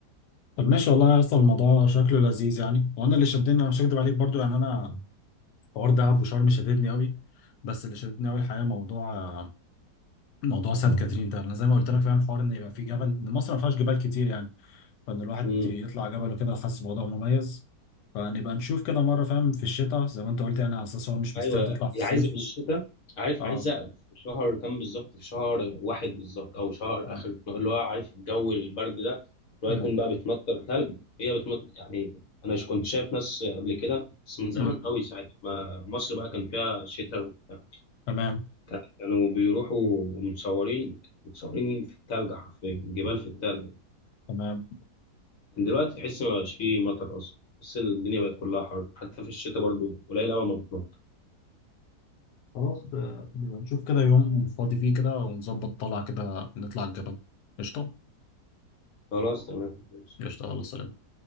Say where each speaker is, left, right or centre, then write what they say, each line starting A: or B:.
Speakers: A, on the left; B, on the left.
A: طب ماشي والله يا اسطى الموضوع شكله لذيذ يعني وانا اللي شدني انا مش هكدب عليك برضو يعني انا حوار دهب وشرم شددني قوي بس اللي شددني قوي الحقيقه موضوع موضوع سانت كاترين ده انا زي ما قلت لك فاهم حوار ان يبقى في جبل ان مصر ما فيهاش جبال كتير يعني فان الواحد
B: ممكن
A: يطلع جبل وكده حاسس الموضوع مميز فنبقى نشوف كده مره فاهم في الشتاء زي ما انت قلت يعني على اساس هو مش مستاهل
B: ايوه
A: تطلع في
B: هي
A: الصيف
B: عايزه بالشتاء
A: و...
B: عارف
A: اه
B: عايزه في شهر كام بالظبط في شهر واحد بالظبط او شهر
A: م-
B: اخر اللي هو عارف الجو البرد ده اللي هو
A: م-
B: يكون بقى بتمطر ثلج هي بتمطر يعني انا ش- كنت شايف ناس قبل كده بس من زمان
A: م.
B: قوي ساعه ما مصر بقى كان فيها شتاء وبتاع.
A: تمام
B: كان- كانوا بيروحوا متصورين متصورين في الثلج حرفيا جبال في الثلج
A: تمام
B: لكن دلوقتي تحس ما بقاش فيه مطر اصلا بس الدنيا بقت كلها حر حتى في الشتاء برضو قليل قوي ما بتمطر
A: خلاص آه، نبقى نشوف كده يوم فاضي فيه كده ونظبط طلعه كده نطلع الجبل قشطه
B: خلاص تمام ماشي.
A: قشطه الله سلام